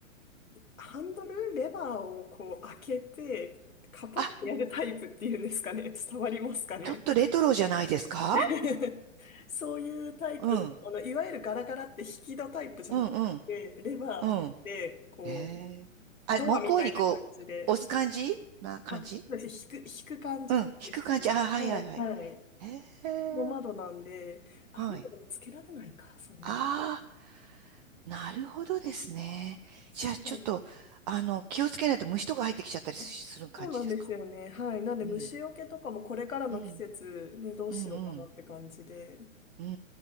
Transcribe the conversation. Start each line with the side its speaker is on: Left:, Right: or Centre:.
Left: ハンドル、レバーをこう開けて、カパッとやるタイプっていうんですかね。
Right: あ、
Left: <laughs> 伝わりますかね。
Right: ちょっとレトロじゃないですか
Left: <laughs> そういうタイプの、
Right: うん、
Left: あの、いわゆるガラガラって引き戸タイプじゃなくて、
Right: うん、うん、
Left: レバー開けて、
Right: うん。
Left: こ
Right: へえ。あ、
Left: う、ドアみたいな感じで、
Right: 向こうにこう、押す感じな感じ
Left: あ、そうですね、引く、引く感じですかね。
Right: うん、引く感じ。あ、はいはいはい。
Left: うんはい。
Right: へえ。
Left: の窓なんで、網とかもつけられないか、
Right: はい。
Left: それだっ
Right: ああ、なるほどですね。
Left: たら。そう
Right: じゃあちょっと、あの、気をつけないと虫とか入ってきちゃったりする感じですか
Left: あそうなんですよね。はい。なんで虫除けとかもこれからの季節ね、
Right: うん、うん、
Left: どうしようかなって感じで。
Right: うん、うん、うん、う